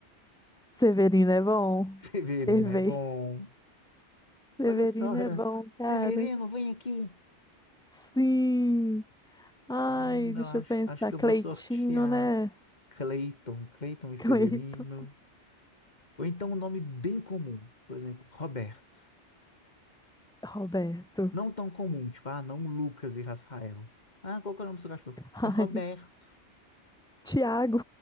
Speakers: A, in the centre; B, on the left.
A: Severino é bom.
B: <laughs> Severino
A: Cervei.
B: é bom.
A: Severino
B: Olha só, <laughs> é-
A: é bom, cara.
B: Severino, vem aqui.
A: Sim. Ai,
B: Não,
A: deixa
B: acho,
A: eu pensar.
B: acho que
A: Cleitinho,
B: eu vou sortear
A: né? <laughs>
B: Cleiton, Cleiton e
A: Cleito.
B: Severino. Ou então um nome bem comum, por exemplo, Roberto.
A: Roberto.
B: Não tão comum, tipo, ah, não Lucas e Rafael. Ah, qual que é o nome do seu cachorro?
A: Ai,
B: É Roberto.
A: Tiago.